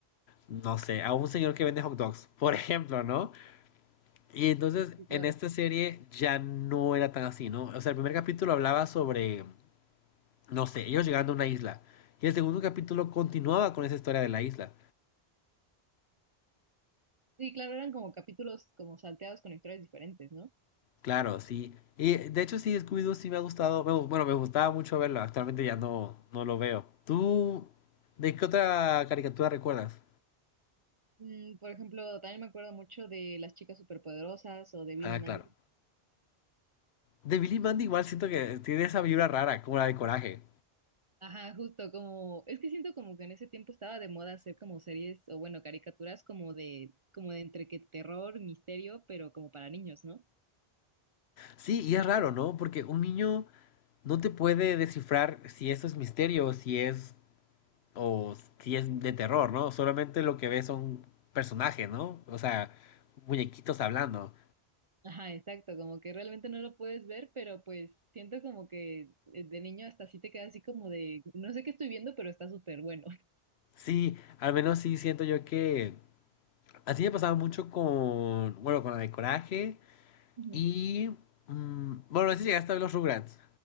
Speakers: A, on the left; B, on the right.
A: no sé, a un señor que vende hot dogs, <laughs> por ejemplo, ¿no? Y entonces
B: Sí, claro.
A: en esta serie ya no era tan así, ¿no? O sea, el primer capítulo hablaba sobre, no sé, ellos llegando a una isla. Y el segundo capítulo continuaba con esa historia de la isla.
B: Sí, claro, eran como capítulos como salteados con historias diferentes, ¿no?
A: Claro, sí. Y de hecho sí, Scooby-Doo sí me ha gustado, me gu- bueno, me gustaba mucho verlo, actualmente ya no, no lo veo. ¿Tú de qué otra caricatura recuerdas?
B: Mm, por ejemplo, también me acuerdo mucho de Las Chicas Superpoderosas o de Billy
A: Ah,
B: Mandy.
A: claro. De Billy y Mandy igual siento que tiene esa vibra rara, como la de Coraje.
B: Ajá, justo como, es que siento como que en ese tiempo estaba de moda hacer como series o bueno, caricaturas como de, como de entre que terror, misterio, pero como para niños, ¿no?
A: Sí, y es raro, ¿no? Porque un niño no te puede descifrar si eso es misterio, si es, o si es de terror, ¿no? Solamente lo que ve son personajes, ¿no? O sea, muñequitos hablando.
B: Ajá, exacto, como que realmente no lo puedes ver, pero pues siento como que eh, de niño hasta así te queda así como de, no sé qué estoy viendo, pero está súper bueno.
A: Sí, al menos sí siento yo que Así me pasaba mucho con, bueno, con la de Coraje
B: Ujú.
A: y, mm, bueno, a veces llegaste a ver los Rugrats.